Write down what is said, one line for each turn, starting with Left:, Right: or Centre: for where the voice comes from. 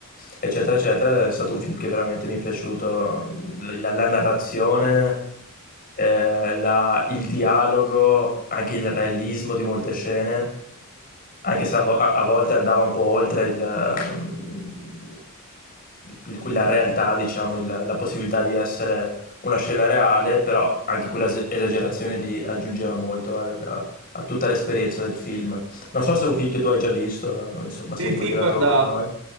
Left: eccetera, eccetera. È stato un film che veramente mi è piaciuto, ehm, la, la narrazione eh, la- il dialogo, anche il realismo di molte scene, anche se a, vo- a- a volte andava un po' oltre il, ehm, il- la realtà, diciamo, il- la possibilità di essere una scena reale, però anche quella es- esagerazione lì aggiungeva molto al- a tutta l'esperienza del film. Non so se è un film che tu hai già visto, eh, insomma,
Right: Sì,
Left: se mi puoi
Right: sì,
Left: dire
Right: guarda.
Left: la tua opinione.